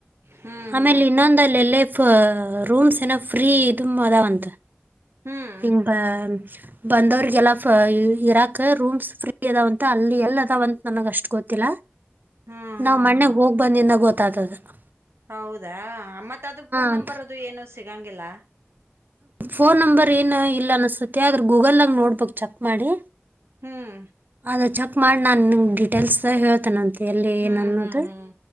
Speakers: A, on the right; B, on the right.
A: ಹ್ಮ್
B: ಆಮೇಲೆ
A: ಹ್ಮ್ ಹ್ಮ್ ಹ್ಮ್
B: ಇನ್ನೊಂದಲ್ಲಿ ಎಲ್ಲೇಫ ರೂಮ್ಸ್ ಏನ ಫ್ರೀ ಇದುಮ್ ಅದಾವಂತ.
A: ಹ್ಮ್
B: <unintelligible> ಬಂದವ್ರಿಗೆಲ್ಲಫ ಇರಾಕ್ ರೂಮ್ಸ್ ಫ್ರೀ ಅದಾವಂತ ಅಲ್ಲಿ ಎಲ್ ಅದಾವಂತ ನನಗ ಅಷ್ಟ ಗೊತ್ತಿಲ್ಲ.
A: <inaudible> ಹ್ಮ್
B: ನಾವ್ ಮನ್ನೆಗ್ ಹೋಗ್ ಬಂದಿಂದಾಗ ಗೊತ್ತಾತ್ ಅದಕ್.
A: ಹೌದಾ ಮತ್ತ ಅದು ಫೋನ್
B: ಅಂತ
A: ನಂಬರ್ ಅದು ಏನು ಸಿಗಂಗಿಲ್ಲ.
B: ಫೋನ್ ನಂಬರ್ ಏನ ಇಲ್ಲ ಅನಸ್ತತ್ಯ ಆದ್ರ ಗೂಗಲನ್ಯಾಗ್ ನೋಡ್ಬೇಕು ಚೆಕ್ ಮಾಡಿ.
A: ಹ್ಮ್
B: ಅದ ಚೆಕ್ ಮಾಡಿ ನಾ ನಿಂಗ್ ಡೀಟೇಲ್ಸ್ ಹೇಳ್ತೇನೆಂತ. ಎಲ್ಲಿ
A: ಹ್ಮ್
B: ಏನ ಅನ್ನೋದು
A: ಹ್ಮ್ ಹ್ಮ್